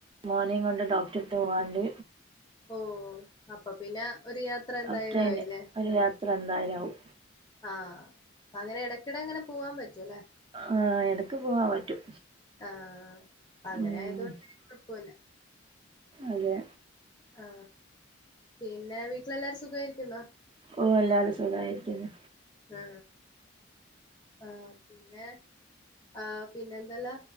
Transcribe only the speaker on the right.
മോനിം കൊണ്ട് ഡോക്ടർട്ത്ത് പോവാണ്ട്
അപ്പന്നെ
ഒരു യാത്ര എന്തായാലും ആവും
ആഹ് എടക്ക് പോവാൻ പറ്റും
ഉം
അതെ
ഓ എല്ലാരും സുഖായിരിക്കുന്നു